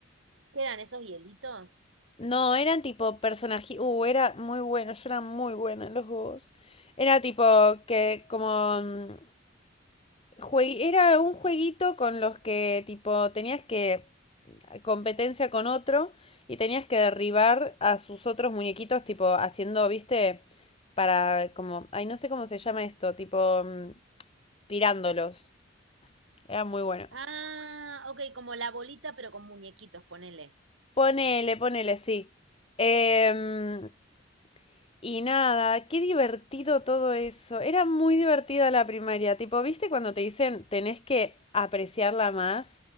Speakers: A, on the right; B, on the left.
A: ¿Quedan esos hielitos?
B: No, eran tipo personajes. Uh, era muy bueno, yo era muy buena en los gogos. Era tipo que como mm, jue- era un jueguito con los que tipo tenías que competencia con otro y tenías que derribar a sus otros muñequitos, tipo haciendo, viste, para como, ay, no sé cómo se llama esto, tipo mm, tirándolos. Era muy bueno.
A: Ah, ok, como la bolita, pero con muñequitos, ponele.
B: Ponele, ponele, sí. Em, y nada, qué divertido todo eso. Era muy divertida la primaria. Tipo, ¿viste cuando te dicen tenés que apreciarla más?